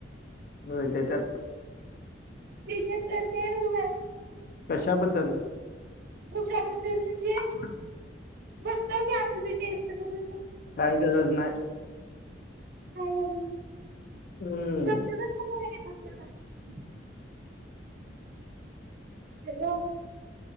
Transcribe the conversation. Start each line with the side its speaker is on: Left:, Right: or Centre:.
Left: व्हय देत्यात
Right: देत्यात तर देण उगा
Left: कशाबद्दल?
Right: कशाबद्दल म्हंजे
Left: <inaudible>
Right: बगतय की आम्ही बी टेस्ट करून
Left: काय गरज न्हाय
Right: ह काय गरज हाय
Left: हम्म
Right: गपचूप <unintelligible> हॅलो.